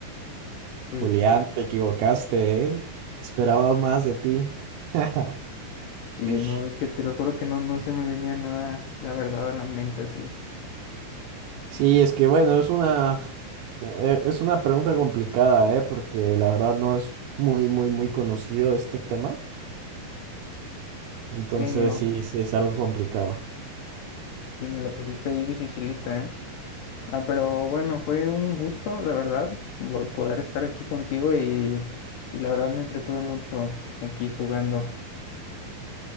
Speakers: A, on the left; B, on the right.
A: sí,
B: Julián,
A: sí, sí.
B: te equivocaste, ¿eh? Esperaba más de ti. <laughs>
A: Sí,
B: Ish.
A: no, es que te lo juro que no, no se me venía nada, la verdad, a la mente así.
B: Sí, es que bueno, es una, e- es una pregunta complicada, ¿eh? Porque la verdad no es muy, muy, muy conocido este tema. Entonces
A: Sí, no,
B: sí, sí es algo complicado.
A: sí, me la pusiste ahí dificilita, ¿eh? Ah, pero bueno, fue un gusto, la verdad, vol- poder estar aquí contigo y, y la verdad me entretuve mucho aquí jugando.